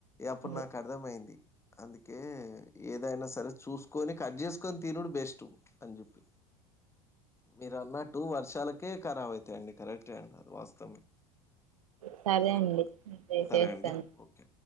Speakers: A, on the left (about 15°); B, on the right (about 75°).
A: అప్పుడు
B: ఉమ్
A: నాకు అర్థమైంది అందుకే ఏదైనా సరే చూసుకొని కట్ చేసుకొని తినుడు బెస్ట్ అని చెప్పి మీరున్నట్టు వర్షాలకే ఖరాబ్ అయితాయండి కరెక్టే అండి అది వాస్తవమే
B: సరే
A: దానికి
B: అండి
A: కూడా.
B: చె
A: సరే
B: చేస్తాను
A: అండి ఓకే.